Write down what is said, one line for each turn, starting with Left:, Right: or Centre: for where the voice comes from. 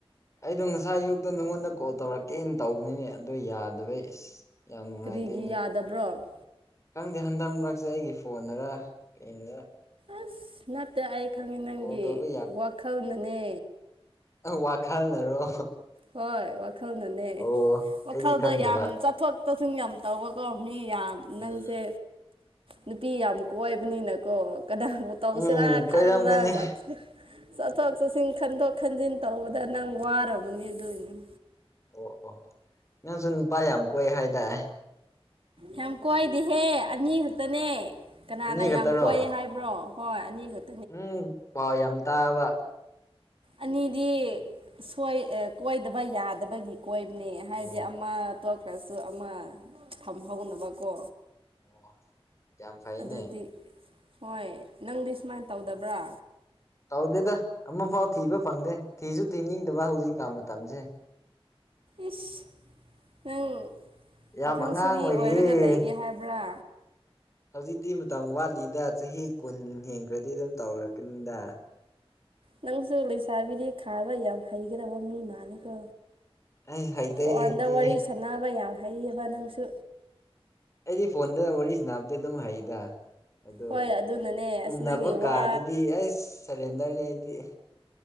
Left: ꯑꯩꯗꯣ ꯉꯁꯥꯏ ꯑꯌꯨꯛꯇꯨ ꯅꯪꯉꯣꯟꯗ ꯀꯣꯜ ꯇꯧꯔꯛꯀꯦꯅ ꯇꯧꯕꯅꯤꯅꯦ ꯑꯗꯣ ꯌꯥꯗꯕꯩ ꯏꯁ ꯌꯥꯝ ꯅꯨꯡꯉꯥꯏꯇꯦꯅꯦ
Right: ꯀꯔꯤꯒꯤ ꯌꯥꯗꯕ꯭ꯔꯣ
Left: ꯈꯪꯗꯦ ꯍꯟꯗꯛ ꯃꯔꯛꯁꯦ ꯑꯩꯒꯤ ꯐꯣꯟꯔ ꯀꯩꯅꯔꯥ
Right: ꯑꯁ ꯅꯠꯇꯦ ꯑꯩ ꯈꯪꯉꯤ ꯅꯪꯒꯤ
Left: ꯀꯣꯜ ꯇꯧꯕ
Right: ꯋꯥꯈꯜꯅꯅꯦ
Left: ꯅꯪ ꯋꯥꯈꯜꯅꯔꯣ
Right: ꯍꯣꯏ ꯋꯥꯈꯜꯅꯅꯦ
Left: ꯑꯣ ꯑꯩꯗꯤ
Right: ꯋꯥꯈꯜꯗ
Left: ꯈꯪꯗꯕ
Right: ꯌꯥꯝ ꯆꯥꯊꯣꯛ ꯇꯧꯁꯤꯟ ꯌꯥꯝ ꯇꯧꯕꯀꯣ ꯃꯤ ꯌꯥꯝ
Left: ꯎꯝ
Right: ꯅꯪꯁꯦ ꯅꯨꯄꯤ ꯌꯥꯝ ꯀꯣꯏꯕꯅꯤꯅꯀꯣ ꯀꯅꯥꯕꯨ ꯇꯧꯁꯤꯔ
Left: ꯎꯝ
Right: ꯈꯜꯂ
Left: ꯀꯣꯏꯔꯝꯒꯅꯤ
Right: ꯆꯠ ꯆꯠꯊꯣꯛ ꯆꯠꯁꯤꯟ ꯈꯟꯗꯣꯛ ꯈꯟꯖꯤꯟ ꯇꯧꯕꯗ ꯅꯪ ꯋꯥꯔꯕꯅꯤ ꯑꯗꯨꯏꯅꯤ
Left: ꯑꯣ ꯑꯣ ꯅꯪꯁꯨ ꯅꯨꯄꯥ ꯌꯥꯝ ꯀꯣꯏ ꯍꯥꯏꯗꯥꯏ
Right: ꯌꯥꯝ ꯀꯣꯏꯗꯤ ꯍꯦ ꯑꯅꯤ ꯈꯛꯇꯅꯦ ꯀꯅꯥꯅ
Left: ꯑꯅꯤ ꯈꯛꯇꯔꯣ
Right: ꯌꯥꯝ ꯀꯣꯏꯌꯦ ꯍꯥꯏ ꯕ꯭ꯔꯣ ꯍꯣꯏ ꯑꯅꯤ ꯈꯛ
Left: ꯎꯝ ꯄꯥꯎ ꯌꯥꯝ ꯇꯥꯕ
Right: ꯑꯅꯤꯗꯤ ꯁꯨꯋꯥꯏ ꯑꯦ ꯀꯣꯏꯗꯕ ꯌꯥꯗꯕꯒꯤ ꯀꯣꯏꯕꯅꯦ ꯍꯥꯏꯗꯤ
Left: ꯑꯣ
Right: ꯑꯃ ꯇꯣꯛꯈ꯭ꯔꯁꯨ ꯑꯃ ꯊꯝꯍꯧꯅꯕ ꯀꯣ
Left: ꯑꯣ ꯌꯥꯝ ꯐꯩꯅꯦ
Right: ꯑꯗꯨꯗꯤ ꯍꯣꯏ ꯅꯪꯗꯤ ꯁꯨꯃꯥꯏꯟ ꯇꯧꯗꯕ꯭ꯔꯥ
Left: ꯇꯧꯗꯦꯗ ꯑꯃꯐꯥꯎ ꯊꯤꯕ ꯐꯪꯗꯦ ꯊꯤꯁꯨ ꯊꯤꯅꯤꯡꯗꯕ ꯍꯧꯖꯤꯛꯀꯥꯟ ꯃꯇꯝꯁꯦ
Right: ꯏꯁ ꯅꯪ
Left: ꯌꯥꯝ
Right: ꯄꯥꯈꯪ
Left: ꯑꯉꯥꯡ
Right: ꯁꯥꯔꯤ
Left: ꯑꯣꯏꯔꯤꯌꯦ
Right: ꯑꯣꯏꯔꯒ ꯂꯩꯒꯦ ꯍꯥꯏꯕ꯭ꯔꯥ
Left: ꯍꯧꯖꯤꯛꯇꯤ ꯃꯇꯝ ꯋꯥꯠꯂꯤꯗ ꯆꯍꯤ ꯀꯨꯟ ꯍꯦꯟꯈ꯭ꯔꯗꯤ ꯑꯗꯨꯝ ꯇꯧꯔꯛꯀꯅꯤꯗ
Right: ꯅꯪꯁꯨ ꯂꯩꯁꯥꯕꯤꯗꯤ ꯈꯥꯏꯕ ꯌꯥꯝ ꯍꯩꯒꯗꯧꯕ ꯃꯤ ꯃꯥꯜꯂꯦ ꯀꯣ
Left: ꯑꯩ ꯍꯩꯇꯦ
Right: ꯐꯣꯟꯗ
Left: ꯍꯩꯇꯦ
Right: ꯋꯥꯔꯤ ꯁꯥꯟꯅꯕ ꯌꯥꯝ ꯍꯩꯌꯦꯕ ꯅꯪꯁꯨ
Left: ꯑꯩꯗꯤ ꯐꯣꯟꯗ ꯋꯥꯔꯤ ꯁꯅꯕꯗꯤ ꯑꯗꯨꯝ ꯍꯩꯗ ꯑꯗꯨ
Right: ꯍꯣꯏ ꯑꯗꯨꯅꯅꯦ ꯑꯁ
Left: ꯎꯅꯕ
Right: ꯅꯪꯒꯤ
Left: ꯀꯥꯟꯗꯗꯤ
Right: ꯋꯥ
Left: ꯑꯩꯁ ꯁꯂꯦꯟꯗ꯭ꯔꯅꯤ ꯑꯩꯗꯤ